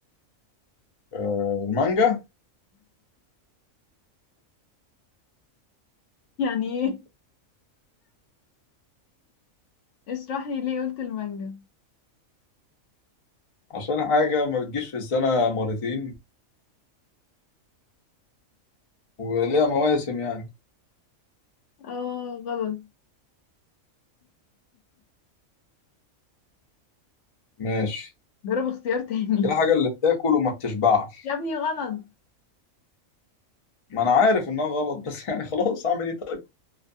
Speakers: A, on the left (about 40°); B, on the left (about 65°).
A: آه المانجا
B: يعني ايه اشرح لي ليه قلت المانجا
A: عشان حاجة ما بتجيش في السنة مرتين وليها مواسم يعني
B: اه غلط
A: ماشي
B: جرب اختيار تاني
A: دي الحاجة
B: <laughs>
A: اللي بتاكل وما بتشبعش
B: يا ابني غلط
A: ما أنا عارف إنها غلط بس <laughs> يعني خلاص أعمل إيه طيب